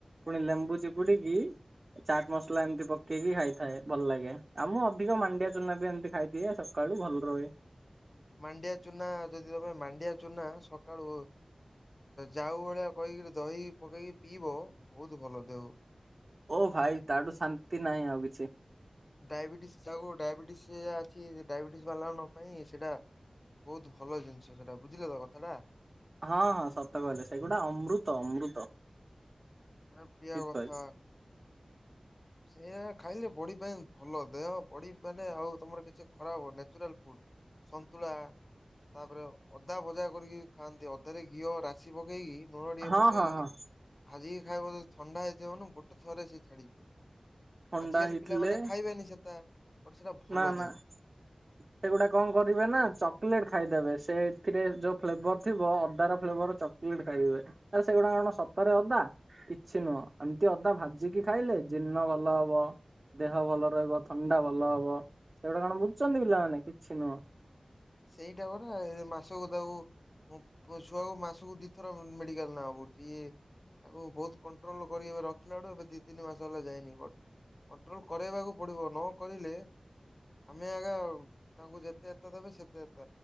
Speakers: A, on the right (about 50°); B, on the left (about 35°).
A: ପୁଣି ଲେମ୍ବୁ ଚିପୁଡିକ କି ଚାଟ ମସଲା ଏମିତି ପକେଇକି ଖାଇଥାଏ ଭଲ ଲାଗେ ଆ ମୁଁ ଅଧିକ ମାଣ୍ଡିଆ ଚୁନା ବି ଏମିତି ଖାଇଥଏ ସକାଳୁ ଭଲ ଲ ରହେ।
B: ମାଣ୍ଡିଆ ଚୁନା ଯଦି ତମେ ମାଣ୍ଡିଆ ଚୁନା ସକାଳୁ ଯାଉ ଭଳିଆ କହିକିରି ଦହି ପକେଇକି ପିଇବ ବହୁତ ଭଲ ଦେହ
A: ଓ ଭାଇ ତାଠୁ ଶାନ୍ତି ନାହିଁ ଆଉ କିଛି।
B: ଡାଇବେଟିସ ଯା ଡାଇବେଟିସ ଯ ଅଛି ଡାଇବେଟିସ ବାହାର ନ ପାଇଁ ସେଇଟା ବହୁତ ଭଲ ଜିନିଷ ସେଇଟା ବୁଝିଲେ ତ କଥାଟା?
A: ହଁ ହଁ ଶତ କହିଲେ ସେଗୁଡା ଅମୃତ ଅମୃତ।
B: ଏ ପ୍ରିୟ
A: ଠିକ
B: କଥା
A: କହିଲେ
B: ସେଆ ଖାଇଲେ ବଡ଼ି ପାଇଁ ଭଲ ଦେହ ବଡ଼ି ମାନେ ଆଉ ତମର କିଛି ଖରାପ ହବନି ନାଚୁରାଲ ଫୁଡ। ସନ୍ତୁଳା। ତାପରେ ଅଦା ଭଜା କରିକି ଖାଆନ୍ତି ଅଧାରେ ଘିଅ ରାଶି ପକେଇକି ଲୁଣ ଟିକେ
A: ହଁ
B: ପକେଇକି
A: ହଁ ହଁ
B: ଭାଜିକି ଖାଇବ ଯଦି ଥଣ୍ଡା ହେଇଥିବ ମାନେ ଗୋଟେ ଥରେ ସେ ଛାଡିଯିବ।
A: ଥଣ୍ଡା
B: ଆଜିକାଲି
A: ହେଇଥିଲେ
B: ପିଲାମାନେ ଖାଇବେନି ସେଟା। ବଟ ସେଟା ଭଲ
A: ନା ନା
B: ଦେହକୁ
A: ସେଗୁଡ଼ା କଣ କରିବେ ନା ଚକଲେଟ ଖାଇଦେବେ ସେ ଏଥିରେ ଯୋଉ ଫ୍ଲେଭର ଥିବ ଅଦା ର ଫ୍ଲେଭର ଚକୋଲେଟ ଖାଇବେ ତାଲେ ସେଗୁଡା କଣ ସତରେ ଅଦା? କିଛି ନୁହଁ ଏମିତି ଅଦା ଭାଜିକି ଖାଇଲେ ଜୀର୍ଣ୍ଣ ଭଲ ହବ। ଦେହ ଭଲ ରହିବ ଥଣ୍ଡା ଭଲ ହବ ସେଗୁଟା କଣ ବୁଝୁଛନ୍ତି ପିଲାମାନେ କିଛି ନୁହଁ।
B: ସେଇଟା ପରା ଏ ମାସକୁ ଦାଉ ମଁ ଛୁଆକୁ ମାସକୁ ଦିଥର ମେଡିକାଲ ନବାକୁ ପଡୁଛି ଇଏ ଆଗକୁ ବହୁତ କଣ୍ଟ୍ରୋଲ କରି ରଖିଲାଠୁ। ବଲ ଏବେ ଦି ତିନି ମାସ ହେଲା ଯାଇନି ବଟ କଣ୍ଟ୍ରୋଲ କରାଇବାକୁ ପଡିବ ନକରିଲେ ଆମେ ଆଗା ତାଙ୍କୁ ଯେତେ ଦେବେ ସେତେ